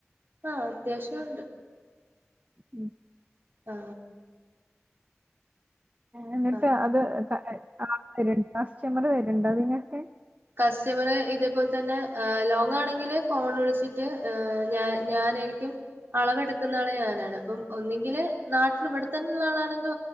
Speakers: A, on the right; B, on the right.
A: ആ അത്യാവശ്യം ഒണ്ട്
B: ഉം
A: ആ
B: എന്നിട്ട്
A: അപ്പൊ
B: അത് <unintelligible> ചെമറ് വരുണ്ടോ അതിനൊക്കെ
A: കസ്റ്റമർ ഇതേപോലെ തന്നെ ഏഹ് ലോങ് ആണെങ്കില് ഫോൺ വിളിച്ചിട്ട് ഏഹ് ഞ ഞാനായിരിക്കും അളവെടുക്കുന്ന ആള് ഞാനാണ് അപ്പം ഒന്നുങ്കില് നാട്ടില് ഇവിടെത്തന്നെ ഉള്ളാളാണെങ്കി